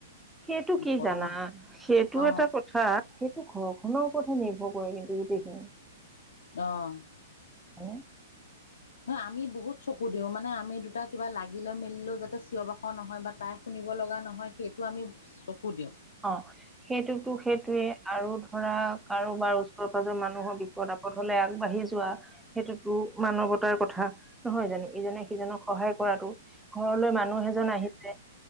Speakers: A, in the centre; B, on the left.
A: সেইটো কি
B: কথা
A: জানা সেইটো
B: অ
A: এটা কথা। সেইটো ঘৰখনৰ ওপৰতহে নিৰ্ভৰ কৰে কিন্তু গোটেইখিনি।
B: অঁ'
A: হয়।
B: নহ আমি বহুত চকু দিওঁ মানে আমি দুটা কিবা লাগিল লৈ মেলিলেও যাতে চিঞৰ বাখৰ নহয় বা তাই শুনিব লগা নহয় সেইটো আমি চকু দিওঁ।
A: অঁ' সেইটো সেইটোৱে আৰু ধৰা কাৰোবাৰ ওচৰ পাজৰ মানুহৰ বিপদ আপ বিপদ হ'লে আগবাঢ়ি যোৱা। সেইটোতো মানৱতাৰ কথা নহয় জানো ইজনে সিজনক সহায় কৰাটো। ঘৰলৈ মানুহ এজন আহিলে